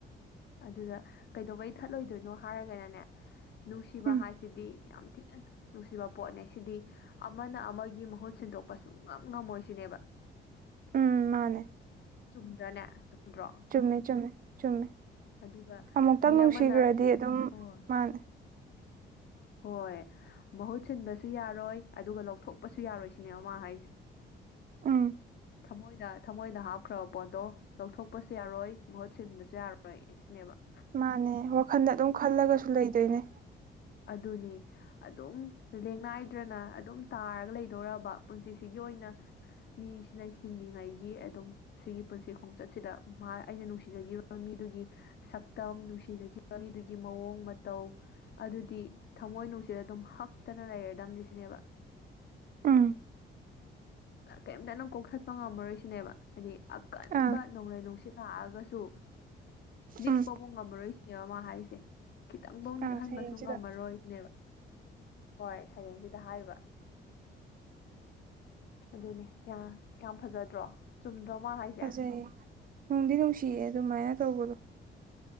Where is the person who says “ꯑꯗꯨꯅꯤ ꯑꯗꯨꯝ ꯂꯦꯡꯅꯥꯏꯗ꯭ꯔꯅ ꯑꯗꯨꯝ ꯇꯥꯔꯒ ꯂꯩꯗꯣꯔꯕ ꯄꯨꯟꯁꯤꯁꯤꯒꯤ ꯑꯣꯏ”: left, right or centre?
Left